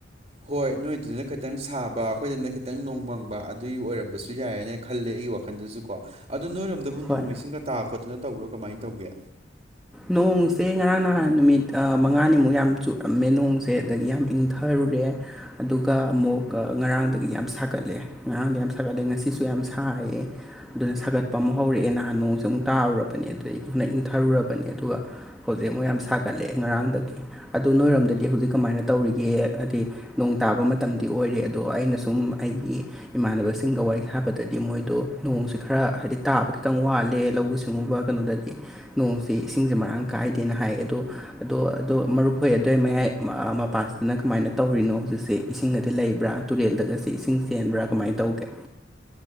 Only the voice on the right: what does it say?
ꯍꯣꯏ ꯅꯣꯏꯗꯨꯅ ꯈꯤꯇꯪ ꯁꯥꯕ ꯑꯩꯈꯣꯏꯗꯅ ꯈꯤꯇꯪ ꯅꯣꯡꯃꯪꯕ ꯑꯗꯨꯒꯤ ꯑꯣꯏꯔꯝꯕꯁꯨ ꯌꯥꯏꯑꯅ ꯈꯜꯂꯦ ꯑꯩꯒꯤ ꯋꯥꯈꯟꯗꯁꯨꯀꯣ ꯑꯗꯣ ꯅꯣꯏꯔꯣꯝꯗꯕꯨ
ꯅꯣꯡ ꯏꯁꯤꯡꯒ ꯇꯥ ꯈꯣꯠꯇꯅ ꯇꯧꯕ꯭ꯔꯣ ꯀꯃꯥꯏꯅ ꯇꯧꯒꯦ